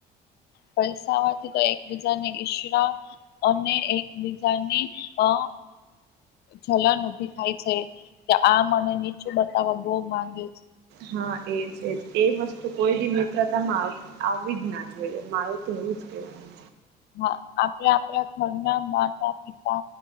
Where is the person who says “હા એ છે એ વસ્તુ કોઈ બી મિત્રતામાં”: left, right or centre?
Right